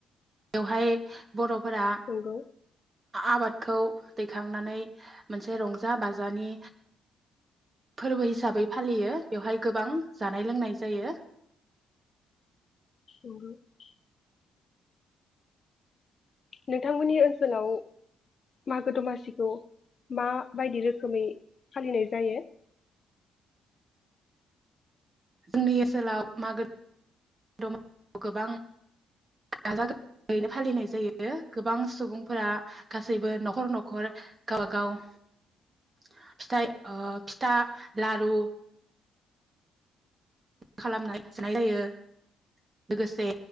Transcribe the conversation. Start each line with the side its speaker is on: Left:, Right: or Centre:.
Right: बेवहाय बर' फोरा
Left: नंगौ
Right: आबाद खौ दैखांनानै मोनसे रंजा बाजानि फोरबो हिसाबै फालियो बेवहाय गोबां जानाय लोंनाय जायो।
Left: औ। नोंथांमोननि ओनसोलाव मागो दमासिखौ माबायदि रोखोमै फालिनाय जायो?
Right: जोंनि ओनसोलाव मागो द गोबां गाजा गोैनो फालिनाय जायो गोबां सुबुंफोरा गासैबो न'खर न'खर गबागाव फिथाइ फिथा लारु खालामनाय जायो लोगोसे